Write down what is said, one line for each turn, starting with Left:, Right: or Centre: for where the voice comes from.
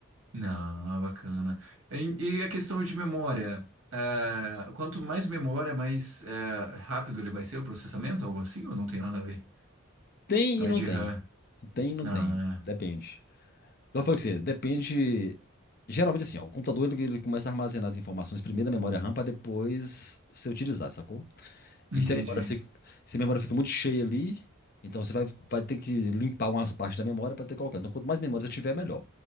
Right: Ah, bacana. E, e a questão de memória? É, quanto mais memória, mais é, rápido ele vai ser o processamento, algo assim, ou não tem nada a ver?
Left: Tem
Right: Mais
Left: e não
Right: de
Left: tem.
Right: RAM.
Left: Tem e não
Right: Ah,
Left: tem. Depende. Eu falei com você, depende. Geralmente, assim, ó, o computador ele, ele começa a armazenar as informações primeiro na memória RAM para depois ser utilizado, sacou? E
Right: é. entendi.
Left: se a memória fica, se a memória fica muito cheia ali, então você vai, vai ter que limpar umas partes da memória para ter colocado. Então, quanto mais memória você tiver, melhor.